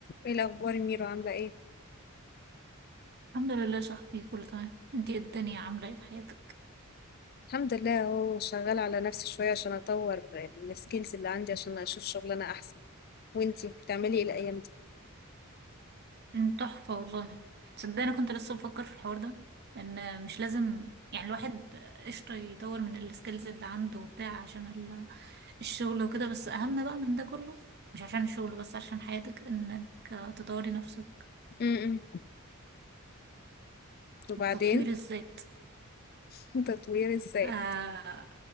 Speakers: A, on the left; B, on the right.
A: ايه الاخبار يا ميرو عامله ايه
B: الحمد لله يا صاحبي كله تمام انتي ايه الدنيا عاملة ايه في حياتك
A: الحمد لله اهو شغاله على نفسي شويه عشان اطور السكيلز اللي عندي عشان اشوف شغلانه احسن وانتي بتعملي ايه الايام دي
B: أمم، تحفة والله تصدقني انا كنت لسه بفكر في الحوار ده ان مش لازم يعني الواحد قشطة يطور من السكيلز اللي عنده وبتاع عشان ال- الشغل وكده بس اهم بقى من ده كله مش عشان الشغل بس عشان حياتك انك تطوري نفسك
A: امم وبعدين
B: تطوير الذات
A: <laughs> تطوير ازاي
B: آه